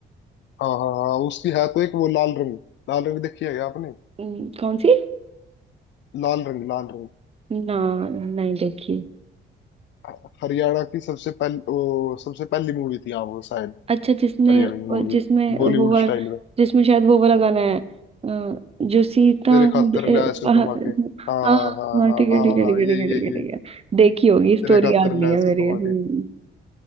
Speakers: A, on the left; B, on the right.
A: हाँ हाँ हाँ उसकी है तो एक वो लाल रंग लाल रंग देखी है क्या आपने
B: हम्म, कौन सी
A: लाल रंग लाल रंग
B: ना नहीं देखी
A: ह- हरियाणा की सबसे पहली वो सबसे पहली मूवी थी हाँ वो शायद
B: अच्छा जिसमें
A: हरियाणा की मूवी
B: जिसमें
A: बॉलीवुड
B: वो वाला
A: स्टाइल में
B: जिसमें शायद वो वाला गाना है अ, जो सीता
A: तेरे
B: न-
A: खातर
B: अ,
A: ले आया सू
B: पहा-
A: कमा के हाँ
B: हाँ
A: हाँ हाँ
B: हाँ
A: हाँ
B: ठीक है
A: हाँ
B: ठीक
A: हाँ
B: है
A: हाँ,
B: ठीक है ठीक
A: यही
B: है
A: यही
B: ठीक है
A: यही
B: ठीक है देखी होगी स्टोरी
A: तेरे खातर
B: याद नहीं
A: ले आया
B: है मेरी
A: सू कमा
B: हम्म
A: के